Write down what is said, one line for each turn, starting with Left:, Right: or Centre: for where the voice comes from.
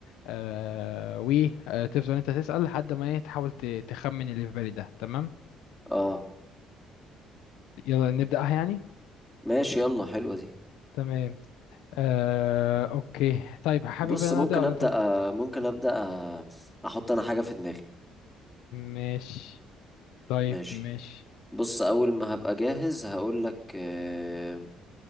Left: آه، وتفضل أنت تسأل لحد ما إيه تحاول ت- تخمن اللي في بالي ده تمام
Centre: اه
Left: يلا نبدأها يعني
Centre: ماشي يلا حلوة دي
Left: تمام آه، أوكي طيب حابب
Centre: بص
Left: أنا
Centre: ممكن
Left: أبدأ ولا
Centre: ابدا
Left: أنت تبدأ
Centre: آه، ممكن ابدا آه، احط انا حاجة في دماغي
Left: ماشي طيب
Centre: ماشي
Left: ماشي
Centre: بص اول ما هبقى جاهز هقول لك آه